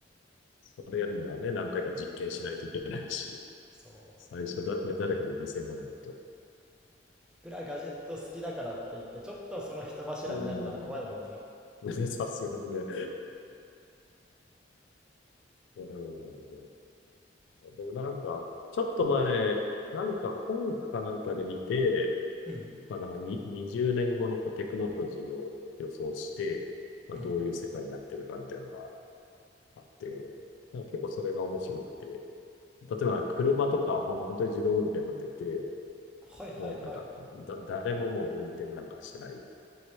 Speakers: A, on the left; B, in the centre.
A: それやるにはね、何回か実験しないといけないし、
B: そう。
A: 最初だ、ね、誰かが犠牲にならないと。
B: いくらガジェット好きだからって言って、ちょっとその人柱になるのは怖いもんね。
A: うん、うん、<laughs> さすがにね。うん、でもなんか、ちょっと前、なんか本かなんかで見て、
B: うん、
A: まあ、なんかに20年後のこうテクノロジーを予想して、まあ、
B: うん。
A: どういう世界になってるかみたいなのがあって、なんか結構それが面白くて、例えば車とかはほん、本当に自動運転になってて、
B: はいはいはい。
A: もうなんか、だ、誰ももう運転なんかしてない。